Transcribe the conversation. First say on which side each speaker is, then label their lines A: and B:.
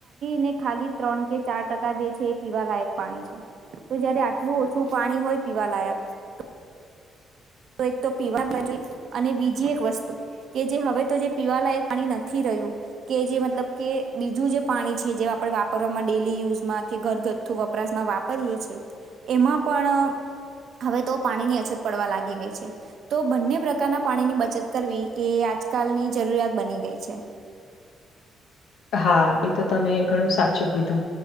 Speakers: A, on the right; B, on the left.
A: ને ખાલી ત્રણ કે ચાર ટકા જે છે પીવા લયક પાણી છે. તો જયારે આટલું ઓછું પાણી હોય પીવાલાયક ત તો એક તો પીવા <inaudible> <inaudible> ભજુ અને બીજી એક વસ્તુ કે જે હવે તો જે પીવાલાયક પાણી નથી રહ્યું કે જે મતલબ કે બીજું જે પાણી છે જે આપણે વાપરવામાં ડેલી યુઝમાં કે ઘરગથ્થુ વપરાશમાં વાપરીએ છીએ પણ હવે તો અછત પડવા લાગી ગઈ છે. તો બંને પ્રકારના પાણીની બચત કરવી એ આજકાલની જરૂરિયાત બની ગઈ છે.
B: હા એ તો તમે ઘણું સાચું કીધું.